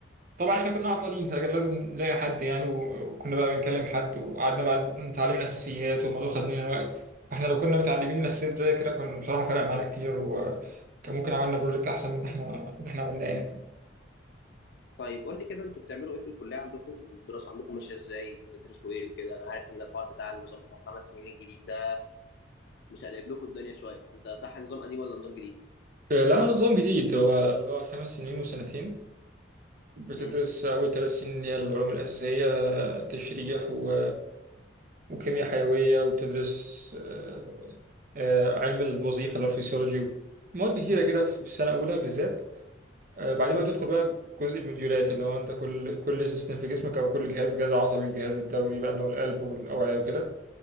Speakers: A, on the right; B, on the left.
A: طبعا احنا كنا عطلانين فكان لازم نلاقي حد يعني و- وكنا بقى بنكلم حد وقعدنا بقى نتعلم الاساسيات والموضوع خد مننا وقت فاحنا لو كنا متعلمين الاساسيات زي كده كان بصراحه فرق معانا كتير وكان ممكن عملنا بروجكت احسن من اللي احنا من اللي احنا عملناه يعني
B: طيب قول لي كده انتوا بتعملوا ايه في الكليه عندكم الدراسه عندكم ماشيه ازاي بتدرسوا ايه وكده انا عارف ان الحوار بتاع النظام بتاع الخمس سنين الجديد ده مش قلب لكم الدنيا شويه انت صح نظام قديم ولا نظام جديد
A: لا نظام جديد هو اللي هو خمس سنين وسنتين بتدرس
B: امم
A: أول ثلاث سنين اللي هي العلوم الأساسية تشريح و... وكيمياء حيوية وبتدرس آه، آه، علم الوظيفة اللي هو الفسيولوجي مواد كتيرة كده في السنة الأولى بالذات آه، بعدين بقى بتدخل بقى جزء الموديولات اللي هو أنت كل كل سيستم في جسمك أو كل جهاز جهاز عصبي الجهاز الدوري بقى اللي هو القلب والأوعية وكده